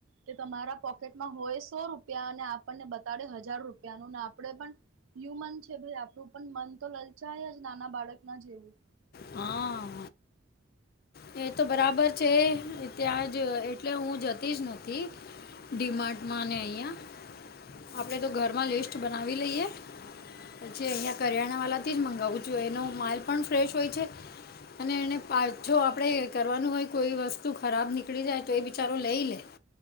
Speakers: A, on the right (about 80°); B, on the left (about 50°).
A: તે તમારા પોકેટમાં હોય સો રૂપિયા અને આપણને બતાડે હજાર રૂપિયાનું ને આપણેે પણ. હ્યુમન છે ભાઈ આપણું પણ મન તો લલચાય જ નાના બાળક ના જેવું.
B: હા, એ તો બરાબર છે ત્યાં જ એટલે હું જતી જ નથી. ડીમાટમાં ને અહીંયા આપડે તો ઘરમાં લિસ્ટ બનાવી લઈએ પછી અહિયાં કરિયાણા વાળાથી જ મંગાવું છું એનો માલ પણ ફ્રેશ હોય છે. અને એને પાછો આપ <unintelligible> કરવાનું હોય કોઈ વસ્તુ ખરાબ નીકળી જાય તો એ બિચારો લઈ લે